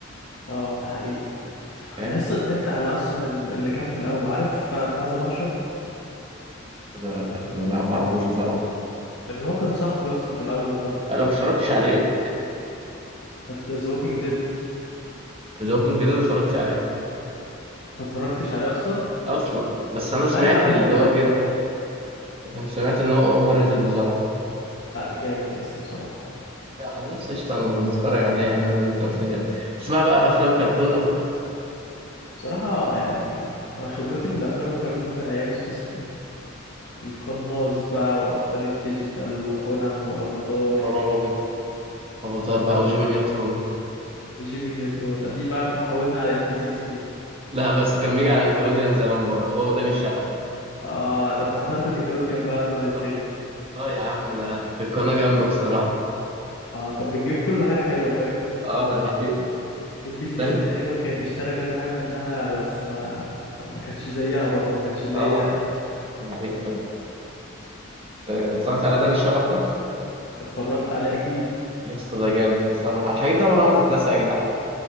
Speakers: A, on the left; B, on the right.
A: اه ده حقيقة
B: فاهم
A: انا لسه زعلت على اصلا ال- اللي كان في الاول عارف آه، بتاع ذا بانشر
B: لا لا لا، ما اعرفوش بصراحة
A: اللي هو كان صاحبه يا اسطى في الاول ده
B: انا ما اتفرجتش عليه
A: ذا ووكينج
B: ذا ووكينج ديد ما اتفرجتش عليه
A: ما اتفرجتش عليه اصلا
B: اصلا بس انا سمعت
A: لا يا عم
B: اللي
A: والله
B: هو
A: جامد
B: كده يعني سمعت ان هو اوفر ريتد بصراحة
A: لا جامد يا اسطى بصراحه
B: لا خلاص قشطة انا بنتفرج عليه يا عم ده انت قلت كده تسمع بقى افلام كرتون او كده
A: بصراحه يعني انا خبرتي في الافلام الكرتون من ايام سبيستون القناص بقى وابطال الديجيتال وكونان وافاتار
B: فراعنة افاتار بقى وجيمي نيوترون
A: وجيمي نيوترون ده- دي بقى حولنا على ام بي سي 3
B: لا بس كان بيجي
A: اه
B: على نيكلوديان زمان برضه هو وداني الشبح
A: اه ده انت حضرت نيكلوديان بقى قبل ما
B: اه
A: تتلغي
B: آه يا عم ده كانت قناة جامدة بصراحة
A: اه كان بتجيب كل حاجه حلوه فاهم
B: اه ده حقيقة
A: ام بي سي
B: داني
A: <laughs> 3 تقريبا كانت اشترى كذا حاجه منها بس ما ما ما كانتش زيها برضو ما كانتش اللي
B: اه
A: هي
B: ده حقيقة فعلا آه، اتفرجت على داني الشبح ده
A: اتفرجت عليه اكيد
B: يا اسطى ده جامد بصراحة الحاجات دي عمرها ما تتنسى يا جدعان